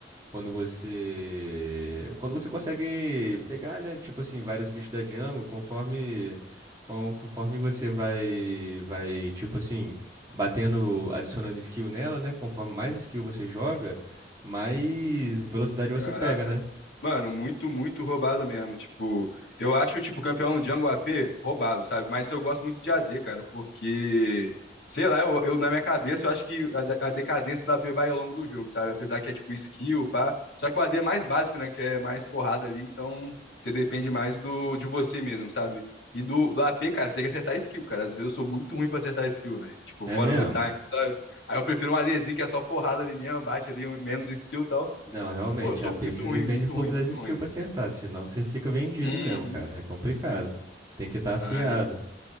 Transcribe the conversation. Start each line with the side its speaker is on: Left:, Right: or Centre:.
Right: Quando você. Quando você consegue pegar, né? Tipo assim, vários bichos da jungle, conforme. con- Conforme você vai, vai, tipo assim, batendo, adicionando skill nela, né? Conforme mais skill você joga, mais velocidade você
Left: Caraca.
Right: pega, né?
Left: Mano, muito, muito roubado mesmo. Tipo, eu acho, tipo, campeão Django AP roubado, sabe? Mas eu gosto muito de AD, cara, porque, sei lá, eu, eu- na minha cabeça eu acho que a, de- a decadência do AP vai ao longo do jogo, sabe? Apesar que é tipo skill, pá. Só que o AD é mais básico, né? Que é mais porrada ali, então você depende mais do, de você mesmo, sabe? E no do AP, cara, você tem que acertar skill, cara. Às vezes eu sou muito ruim pra acertar skill, velho. Tipo,
Right: É
Left: fora
Right: mesmo?
Left: do time, sabe? Aí eu prefiro um ADzinho que é só porrada ali mesmo, bate ali menos skill e tal.
Right: Não, realmente,
Left: Pô, eu sou
Right: a peixe
Left: muito ruim,
Right: depende
Left: muito
Right: um pouco
Left: ruim, muito
Right: das skills
Left: ruim.
Right: pra acertar, senão você fica vendido
Left: Uhum.
Right: mesmo, cara. É complicado. Tem que estar afiado.
Left: Ai,